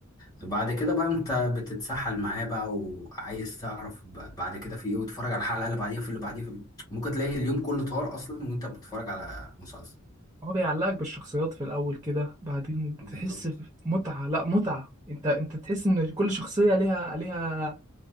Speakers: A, on the left; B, on the right.
A: بعد كده بقى انت بتتسحل معاه بقى وعايز تعرف ب- بعد كده في ايه وتتفرج على الحلقه اللي بعديها في اللي بعديها في اللي... ممكن تلاقي اليوم كله طار اصلا وانت بتتفرج على مسلسل
B: هو بيعلقك بالشخصيات في الاول كده بعدين
A: بالظبط
B: تحس بمتعه لا متعه انت انت تحس ان كل شخصيه ليها ليها